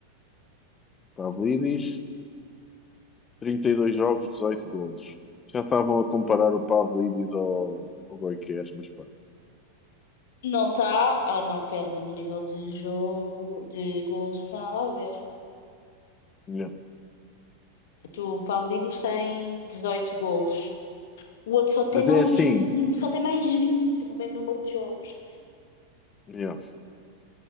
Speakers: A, on the left; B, on the left.
A: Pavlidis, 32 jogos, 18 golos. Já estavam a comparar o Pavlidis ao, ao Goiás, mas pá.
B: Não está. Ah, não, pera, mas a nível de jogo, de golos, não tem nada a ver.
A: yeah.
B: Tu, o Pavlidis tem 18 golos. O outro só tem
A: Mas
B: mais,
A: é assim.
B: vi- só tem mais 20 no mesmo número de jogos.
A: yeah,